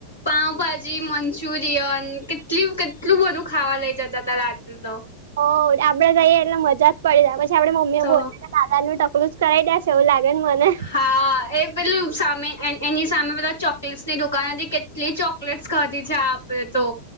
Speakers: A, on the left; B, on the right.
A: પાઉંભાજી, મંચુરિયન કેટલી કેટલું બધું ખાવા લઇ જતા હતા રાત્રે તો
B: ઓ આપડે જઈએ એટલે જ પડી જાય પછી આપડી મમ્મી
A: તો
B: બોલે ને દાદા નું ટકલું જ કરાઈ દેશ એવું લાગે છે મને.
A: હા એ પેલું સામે એન એની સામે બધા ચોકલેટ્સની દુકાન હતી કે જે ચોકલેટસ ખાવાથી જે આપણે તો